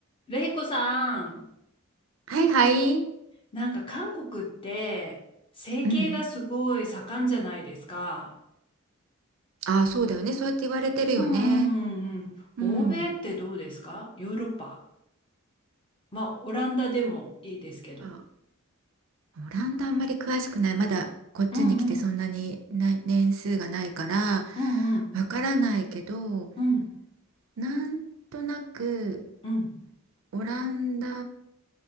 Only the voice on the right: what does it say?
はいはい。
うん。ああ、そうだよね。そうやって言われてるよね。
うん。
あ、オランダあんまり詳しくない。まだこっちに来てそんなにな年数がないから
わからないけど、
なんとなく
オランダ、